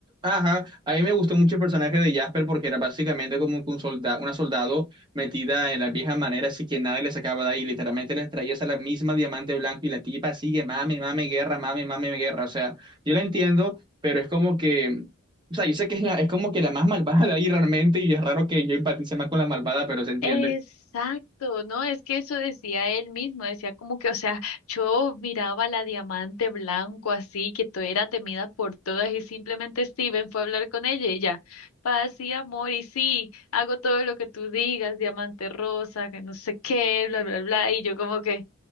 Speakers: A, on the right (about 20°); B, on the left (about 70°).
A: Ajá, a mí me gustó mucho el personaje de Jasper porque era básicamente como que un soldado, una soldado metida en la vieja manera, así que nadie le sacaba de ahí, literalmente les traía esa la misma diamante blanco y la tipa sigue, mame, mame, guerra, mame, mame, guerra, o sea, yo la entiendo, pero es como que, o sea, yo sé que es, la, es como que la más malvada de ahí realmente y es raro que yo empatice más con la malvada, pero se entiende.
B: Exacto, no, es que eso decía él mismo, decía como que, o sea, yo miraba la diamante blanco así, que todo era temida por todas y simplemente Steven fue a hablar con ella y ya, paz y amor y sí, hago todo lo que tú digas, diamante rosa, que no sé qué, bla, bla, bla, y yo como que,